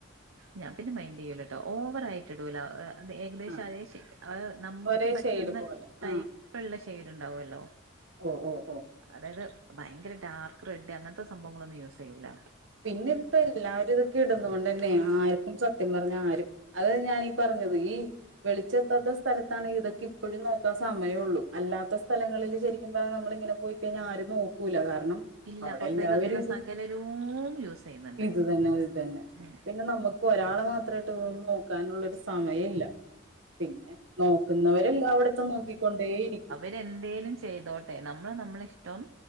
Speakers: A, on the right; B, on the right.
A: ഞാൻ പിന്നെ മൈൻഡ് ചെയ്യൂലട്ടോ ഓവറായിട്ട് ഇടൂല അത് ഏകദേശം
B: ആ
A: അതേ നമുക്ക്
B: ഒരേ
A: പറ്റുന്ന
B: ഷെയ്ഡ് പോലെ
A: ടൈപ്പുള്ള
B: ആ
A: ഷെയ്ഡ് ഇണ്ടാവല്ലോ
B: ഓഹ് ഓഹ് ഓഹ്
A: അതായത് ഭയങ്കര ഡാർക്ക് റെഡ് അങ്ങനത്തെ സംഭവങ്ങളൊന്നും യൂസ് ചെയ്യൂല
B: പിന്നെ ഇപ്പം എല്ലാരും ഇതൊക്കെ ഇടുന്ന കൊണ്ട് തന്നെ ആർക്കും സത്യം പറഞ്ഞ ആരും അതാ ഞാനീ പറഞ്ഞത് ഈ വെളിച്ചെത്താത്ത സ്ഥലത്താണ് ഇതൊക്കെ ഇപ്പോഴും നോക്കാ സമയള്ളൂ അല്ലാത്ത സ്ഥലങ്ങളിൽ ശരിക്കും പറഞ്ഞ നമ്മള് ഇങ്ങനെ പോയി കഴിഞ്ഞാൽ ആരും നോക്കൂല്ല കാരണം
A: ഇല്ല
B: അവിടെ
A: പുറത്തേക്ക്
B: എല്ലാവരും
A: ഇറങ്ങുന്ന
B: ഇത്
A: സകലരും യൂസ് ചെയ്യുന്നുണ്ട്
B: ഇത് തന്നെ ഇതു തന്നെ
A: ഉം
B: പിന്നെ നമക്ക് ഇപ്പൊ ഒരാളെ മാത്രമായിട്ട് നോക്കാനുള്ളൊരു സമയം ഇല്ല പിന്നെ നോക്കുന്നവരെല്ലായിടത്തും നോക്കിക്കൊണ്ടേ ഇരിക്കും
A: ഇത് എന്തെലും ചെയ്തോട്ടെ നമ്മള് നമ്മളെ ഇഷ്ടം